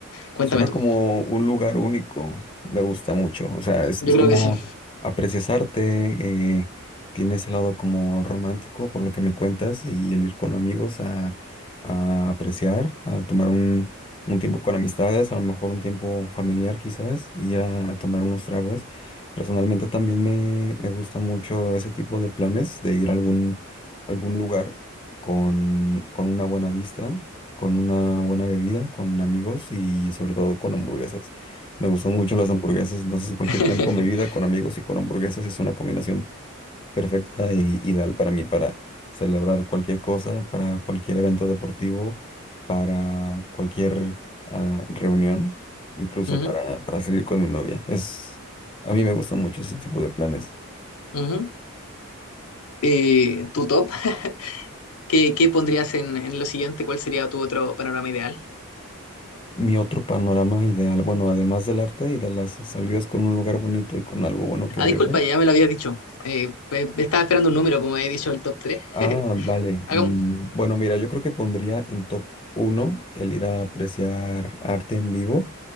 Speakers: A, on the left (about 80°); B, on the left (about 25°).
A: Cuéntame
B: Suena
A: tú.
B: como un lugar único, me gusta mucho, o sea, es,
A: Yo
B: es
A: creo
B: como
A: que sí.
B: aprecias arte, eh, tiene ese lado como romántico por lo que me cuentas y el ir con amigos a, a apreciar, a tomar un, un tiempo con amistades, a lo mejor un tiempo familiar quizás, y ir a, tomar unos tragos. Personalmente también me, me gusta mucho ese tipo de planes, de ir a algún, algún lugar con, con una buena vista con una buena bebida, con amigos y sobre todo con hamburguesas. Me gustan mucho las hamburguesas, entonces cualquier
A: <laughs>
B: plan con bebida, con amigos y con hamburguesas es una combinación perfecta e ideal para mí, para celebrar cualquier cosa, para cualquier evento deportivo, para cualquier ah, reunión, incluso
A: Ujú,
B: para, para salir con mi novia. Es, a mí me gustan mucho ese tipo de planes.
A: ujú. Eh, tu top, <laughs> ¿qué, qué pondrías en, en lo siguiente? ¿Cuál sería tu otro panorama ideal?
B: Mi otro panorama ideal, bueno, además del arte y de las salidas con un lugar bonito y con algo bueno que
A: Ah,
B: beber.
A: disculpa, ya me lo habías dicho. Eh, pe- estaba esperando un número, como he dicho, el top tres
B: Ah,
A: <laughs>
B: vale.
A: Hagamos.
B: Mm, bueno, mira, yo creo que pondría en top uno el ir a apreciar arte en vivo.